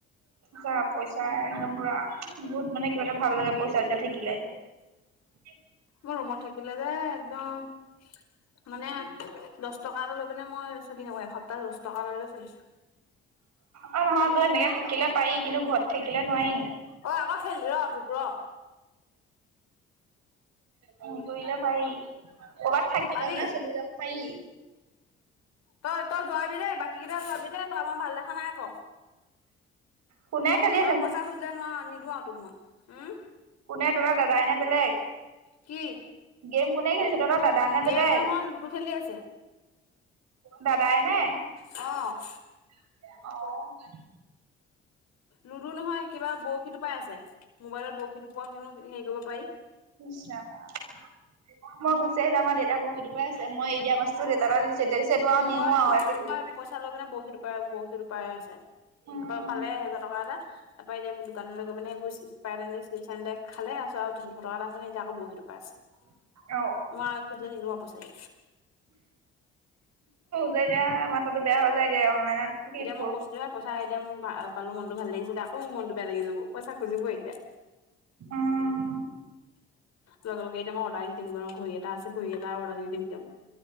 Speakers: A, on the right (about 65°); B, on the left (about 65°).
A: যা পইচা একদম পুৰা বহুত মানে কিবা এটা ভাল লাগে পইচা যেতিয়া
B: উম',
A: <unintelligible>
B: মোৰ ৰুমত থাকিলে যে একদম মানে দহ টকা লৈ পেনে মই চলি থাকো, এসপ্তাহ দহ টকা লৈ চলিছো।
A: অ', নহয় তই এনেকে থাকিলে পাৰি কিন্তু ঘৰত থাকিলে নোৱাৰি।
B: অ', আকৌ খেলি ৰ তোক ৰ
A: উম', পৰিলে পাৰি। কৰ'বাত থাকিলে
B: পালি
A: মানে চলি যাব পাৰি।
B: তই-তই- যোৱাবি দেই বাকী কেইটা যোৱাবি দেই তই মই ভাল দেখা নাই আকৌ।
A: কোনে খেলি
B: তই পইচা খুজিলে নোৱাৰ নিদো আৰু তোক মই। উম,
A: কোন এ তই দাদাইনে বেলেগ।
B: কি
A: গেম কোনে খেলিছে, তহতৰ দাদা নে
B: গেম
A: বেলেগ?
B: নহয় লুডু খেলি আছে
A: দাদাই নে?
B: অ',
A: আহ,
B: লুডু নহয়, কিবা বৰশী টো পাই আছে, মোবাইলত বৰশী টো পোৱা খিনো হেৰি কৰিব পাৰি
A: মই গুচি আহিলো, আমাৰ দেউতা বৰ সিটো পৰাাই আছে মই এ দিয় মা দি আৰু
B: মোৰ
A: নিও
B: পৰা তিনি
A: আৰু
B: <unintelligible> লৈ মানে বৰশী টোপাৰে বৰশী দুটোপাৰে আছে।
A: উম
B: তাৰ পালে এেহেজাৰ টকা এটা, তাৰ পৰাৰা এতিয়া দোকানলৈ গৈ পানে খালে, আছো আৰু তিনিশটাত আছে ন এতিয়াকৌ বহীৰ পৰা আছে।
A: অ',
B: মই আৰু খুজিলে
A: যে এতিয়া মাথাটো বেয়া হ যায়গে অনলাইনত থিকি
B: এতিয়া
A: প
B: মই পইচা এতিয়া ম পালো মনটো ভাল লাগিছিল আকৌ মোৰ মনতটো বেয়া লাগি যাব, পইচা খুজিবই এতিয়া।
A: উম,
B: লগে, লগে, এতিয়া মই অৰ্ডাৰ দি দিম ঘড়ী এটা আছে ঘড়ী এটা অৰ্ডাৰ দি দিম এতিয়া মোক।